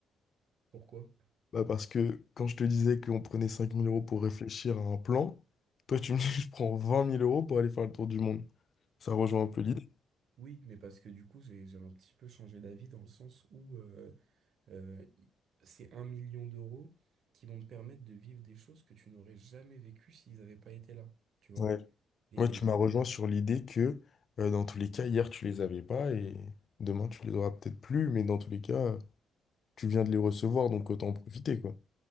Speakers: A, on the right; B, on the left.
A: Pourquoi?
B: Bah, parce que quand je te disais qu'on prenait cinq mille euros pour réfléchir à un plan, toi, tu me dis, <laughs> je prends vingt mille euros pour aller faire le tour du monde. Ça rejoint un peu l'idée.
A: Oui, mais parce que du coup, j'ai, j'ai un petit peu changé d'avis dans le sens où euh, euh, i- c'est un million d'euros qui vont te permettre de vivre des choses que tu n'aurais jamais vécues s'ils n'avaient pas été là, tu vois.
B: Ouais.
A: Et,
B: Ouais, tu m'as
A: et,
B: rejoint sur l'idée que euh, dans tous les cas, hier tu les avais pas et demain tu les auras peut-être plus, mais dans tous les cas, tu viens de les recevoir, donc autant en profiter, quoi.